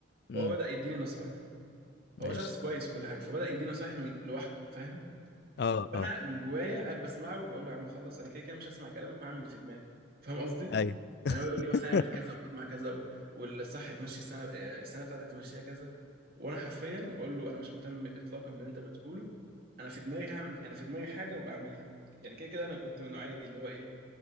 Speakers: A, on the right; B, on the left.
A: فهو
B: امم
A: بدأ يديني نصايح هو
B: ماشي
A: شخص كويس وكل حاجه فبدأ يديني نصايح من لوحده فاهم
B: اه
A: فانا
B: اه
A: من جوايا قاعد بسمعه وبقول له يا عم خلص انا كده كده مش هسمع كلامك وهعمل اللي في دماغي فاهم قصدي
B: ايوه
A: يعني هو يقول
B: <laughs>
A: لي مثلا اعمل كذا وخد مع كذا و- والصح تمشي السنه آه، السنه بتاعتك تمشيها كذا وانا حرفيا بقول له انا مش مهتم اطلاقا باللي انت بتقوله انا في دماغي هعمل انا في دماغي حاجه وبعملها يعني كده كده انا كنت من النوعيه دي اللي هو ايه